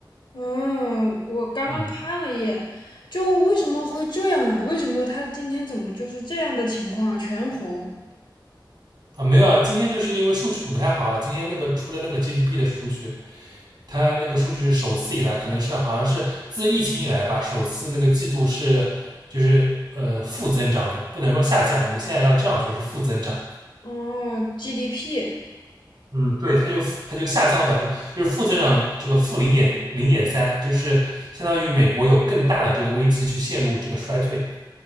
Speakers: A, on the left (about 70°); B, on the right (about 65°).
A: 嗯，我刚刚看了一眼，
B: 嗯
A: 就为什么会这样啊？为什么它今天怎么就是这样的情况啊？全红
B: 啊，没有啊，今天就是因为数据不太好啊，今天那个出了那个 GDP 的数据，它那个数据是首次以来，可能是好像是自疫情以来吧，首次那个季度是就是呃负增长的，不能说下降，我们现在要这样说是负增长，
A: 哦，GDP
B: 嗯，对，它就它就下降了百分，就是负增长的这个负零点零点三，就是相当于美国有更大的这个危机去陷入这个衰退，